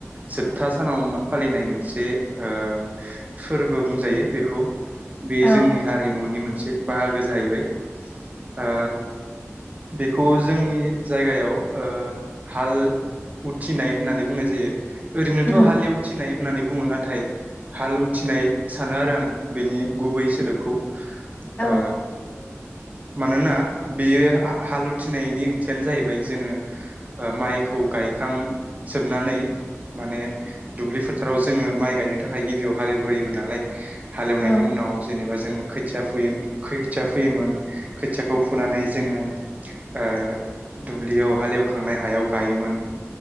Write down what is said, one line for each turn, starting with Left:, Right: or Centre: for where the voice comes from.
Right: जोबथा सानाव फालिनाय मोनसे ओ फोरबो बुंजायो बेखौ बे
Left: औ
Right: जोंनि हारिमुनि मोनसे बाहागो जाहैबाय। ओ बेखौ जोंनि जायगायाव ओ हाल उथिनाय होननानै बुंनाय जायो ओरैनोथ'
Left: उम
Right: हालएथिनाय होननानै बुङो नाथाय हाल उथिनाय सानो आरो आं बेनि गुबै सोदोबखौ।
Left: औ
Right: ओ मानोना बेयो हा हाल उथिनायनि ओंथियानो जाहैबाय जोङो माइखौ खौ गायखां जोबनानै माने दुब्लि फोथाराव जोङो माइ गायनो थाखाय गिबियाव हालेवग्रोयोमोन नालाय हालेवनायनि
Left: औ
Right: उनाव जेनेबा जोङो खोथिया फुयो खोथिया फोयोमोन खोथियाखौ फुनानै जोङो ओ दुब्लियाव हालेवखांनाय हायाव गायोमोन